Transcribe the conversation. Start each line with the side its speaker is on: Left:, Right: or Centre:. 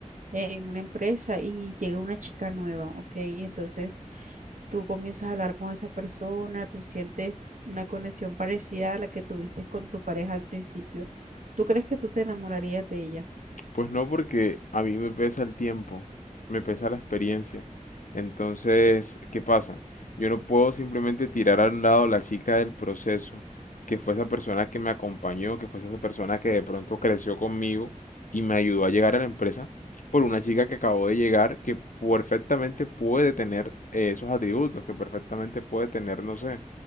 Right: en una empresa y llega una chica nueva, ok. Y entonces tú comienzas a hablar con esa persona, tú sientes una conexión parecida a la que tuviste con tu pareja al principio. ¿Tú crees que tú te enamorarías de ella?
Left: Pues no, porque a mí me pesa el tiempo, me pesa la experiencia. Entonces, ¿qué pasa? Yo no puedo simplemente tirar a un lado la chica del proceso, que fue esa persona que me acompañó, que fue esa persona que de pronto creció conmigo y me ayudó a llegar a la empresa, por una chica que acabó de llegar, que perfectamente puede tener eh, esos atributos, que perfectamente puede tener, no sé,